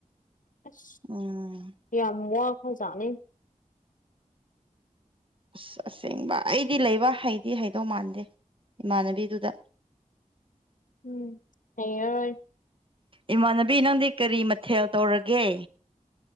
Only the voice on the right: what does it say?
ꯎꯝ
ꯑꯁ ꯑꯁꯦꯡꯕ ꯑꯩꯗꯤ ꯂꯩꯕ ꯍꯩꯗꯤ ꯍꯩꯗꯧ ꯃꯥꯟꯗꯦ ꯏꯃꯥꯟꯅꯕꯤꯗꯨꯗ
ꯏꯃꯥꯟꯅꯕꯤ ꯅꯪꯗꯤ ꯀꯔꯤ ꯃꯊꯦꯜ ꯇꯧꯔꯒꯦ